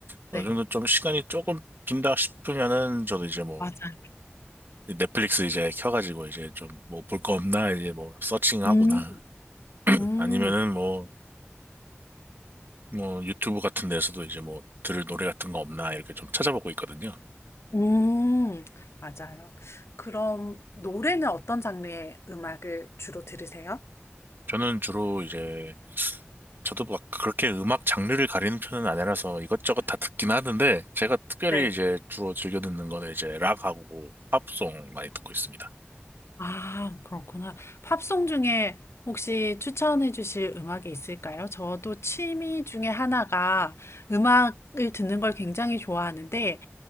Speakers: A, on the right (about 50°); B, on the left (about 75°).
A: 어느
B: 네.
A: 정도 좀 시간이 조금 빈다 싶으면은 저도 이제 뭐
B: 맞아요.
A: 넷플릭스 이제 켜가지고 이제 좀 뭐 볼 거 없나 이제 뭐 서칭하거나
B: 음. 음.
A: 아니면은 뭐 뭐 유튜브 같은 데서도 이제 뭐 들을 노래 같은 거 없나 이렇게 좀 찾아보고 있거든요.
B: 음. 맞아요. 그럼 노래는 어떤 장르의 음악을 주로 들으세요?
A: 저는 주로 이제 저도 막 그렇게 음악 장르를 가리는 편은 아니라서 이것저것 다 듣긴 하는데 제가 특별히
B: 네.
A: 이제 주로 즐겨 듣는 거는 이제 락하고 팝송 많이 듣고 있습니다.
B: 아 그렇구나. 팝송 중에 혹시 추천해 주실 음악이 있을까요? 저도 취미 중에 하나가 음악을 듣는 걸 굉장히 좋아하는데